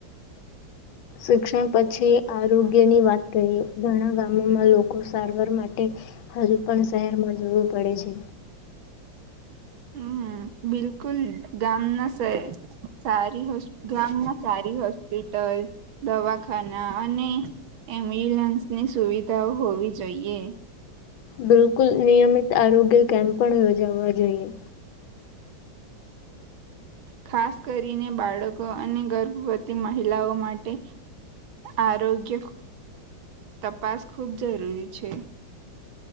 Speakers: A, on the left; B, on the right.
A: શિક્ષણ પછી આરોગ્યની વાત કરીએ ઘણા ગામોમાં લોકો સારવાર માટે, હજુ પણ શહેરમાં જોવું પડે છે.
B: હમ બિલકુલ ગામના સારી ગામમાં સારી હોસ્પિટલ, દવાખાના અને એમ્બ્યુલન્સની સુવિધાઓ હોવી જોઈએ.
A: બિલકુલ નિયમિત આરોગ્ય કેમ્પ પણ યોજાવા જોઈએ.
B: ખાસ કરીને બાળકો અને ગર્ભવતી મહિલાઓ માટે, આરોગ્ય તપાસ ખૂબ જરૂરી છે.